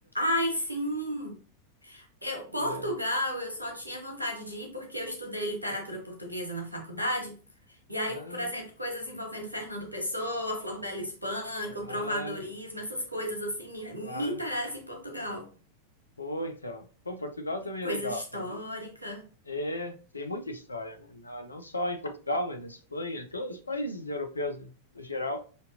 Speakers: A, on the right; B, on the left.
A: Ai, sim. Eu, Portugal,
B: É.
A: eu só tinha vontade de ir porque eu estudei literatura portuguesa na faculdade. E aí,
B: Ah,
A: por exemplo, coisas envolvendo Fernando Pessoa, Flor Bela Espanca,
B: claro,
A: o trovadorismo, essas coisas assim me,
B: claro.
A: me interessam em Portugal.
B: Pô, então. Pô, Portugal também
A: Coisa
B: é legal,
A: histórica.
B: tem muito É, tem muita história, né? Não não só em Portugal, mas na Espanha, todos os países europeus, no geral,